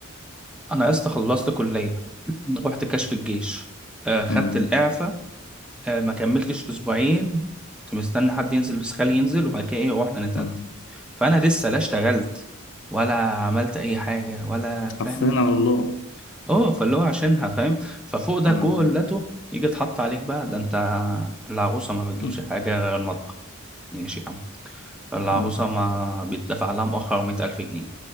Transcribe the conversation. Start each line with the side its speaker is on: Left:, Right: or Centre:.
Centre: انا يا اسطى خلصت كليه <clears throat> رحت كشف الجيش آه خدت
Left: آه،
Centre: الاعفاء آه ما كملتش اسبوعين كنت مستني حد ينزل بس خالي ينزل وبعد كده ايه واحنا نتقدم
Left: آه.
Centre: فانا لسه لا اشتغلت ولا عملت اي حاجه ولا فاهم
Left: حرفيا على الله
Centre: اه فاللي هو عشانها فاهم ففوق ده
Left: آه،
Centre: كلته يجي اتحط عليك بقى ده انت العروسه ما بتجيبش
Left: آه،
Centre: حاجه غير المطبخ ماشي يا عم العروسه
Left: آه.
Centre: ما بيتدفع لها مؤخر مية ألف جنيه